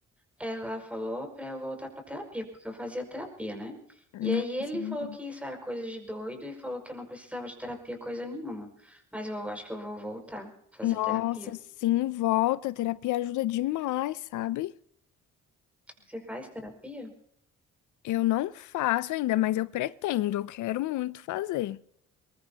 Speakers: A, in the centre; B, on the left (about 75°).
A: ela falou pra eu voltar pra terapia, porque eu fazia terapia, né? E
B: Nossa,
A: aí ele
B: verdade.
A: falou que isso era coisa de doido e falou que eu não precisava de terapia coisa nenhuma. Mas eu acho que eu vou voltar a fazer
B: Nossa,
A: terapia.
B: sim, volta. A terapia ajuda demais, sabe?
A: Você faz terapia?
B: Eu não faço ainda, mas eu pretendo, eu quero muito fazer.